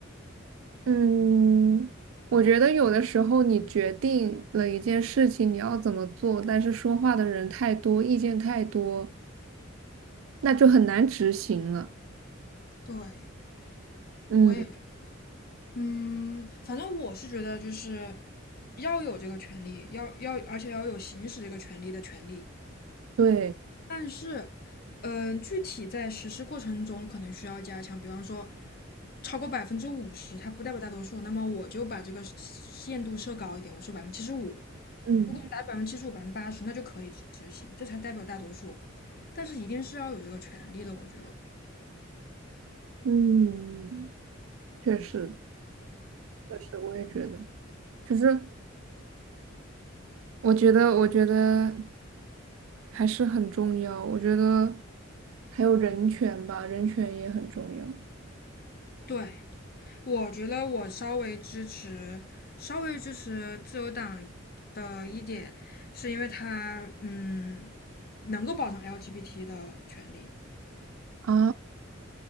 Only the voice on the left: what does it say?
对，
我也。嗯，反正我是觉得就是要有这个权利，要要，而且要有行使这个权利的权利。
但是，嗯、具体在实施过程中可能需要加强，比方说超过百分之五十，它不代表大多数，那么我就把这个限度设高一点，我设百分之七十五。
如果你达百分之七十五、百分之八十，那就可以执执行，这才代表大多数。但是一定是要有这个权利的，我觉得。
对，我觉得我稍微支持，稍微支持自由党的一点，是因为他嗯能够保障 LGBT 的权利，